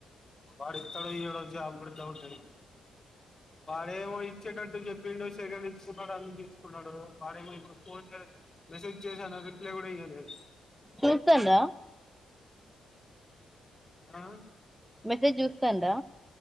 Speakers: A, on the left; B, in the centre.
A: వాడు ఇస్తాడో ఇయ్యడో జాబ్ కూడా డౌటే వాడేమో ఇచ్చేటట్టు చెప్పిండు సెకండ్ ఇచ్చుకున్నాడు అన్ని చూసుకున్నాడు. వాడేమో ఇప్పుడు ఫోన్ చే మెసేజ్ చేశాను రిప్లై కూడా ఇయ్యలేదు
B: చూస్తాండా
A: ఆ
B: మెసేజ్ చూస్తాండా